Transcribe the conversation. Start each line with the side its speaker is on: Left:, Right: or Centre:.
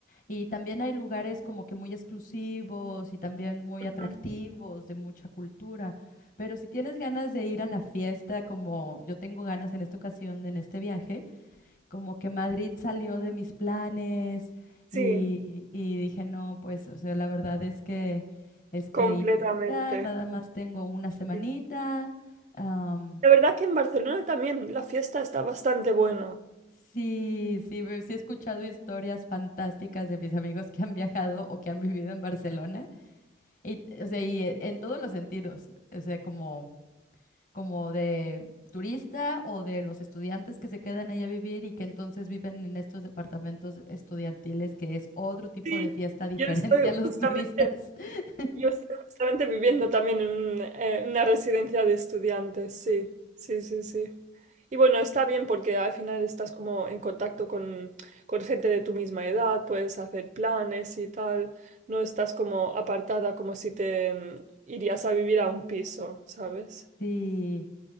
Left: Y también hay lugares como que muy exclusivos y también muy
Right: ujú.
Left: atractivos, de mucha cultura. Pero si tienes ganas de ir a la fiesta, como yo tengo ganas en esta ocasión, en este viaje, como que Madrid salió de mis planes
Right: Sí,
Left: y, y dije, no, pues, o sea, la verdad es que, es que
Right: completamente.
Left: Ibiza, nada más tengo una semanita.
Right: Sí.
Left: am,
Right: La verdad que en Barcelona también la fiesta está bastante buena.
Left: sí, sí, ve- sí he escuchado historias fantásticas de mis amigos que han viajado o que han vivido en Barcelona y, o sea, y eh, en todos los sentidos, o sea, como... como de turista o de los estudiantes que se quedan ahí a vivir y que entonces viven en estos departamentos estudiantiles, que es otro tipo
Right: Sí,
Left: de fiesta <laughs> diferente
Right: yo estoy
Left: a los
Right: justamente,
Left: turistas. <laughs>
Right: yo estoy justamente viviendo también en un, eh, una residencia de estudiantes, sí, sí, sí, sí. Y bueno, está bien porque al final estás como en contacto con, con gente de tu misma edad, puedes hacer planes y tal, no estás como apartada como si te mm, irías a vivir a un piso, ¿sabes?
Left: Sí.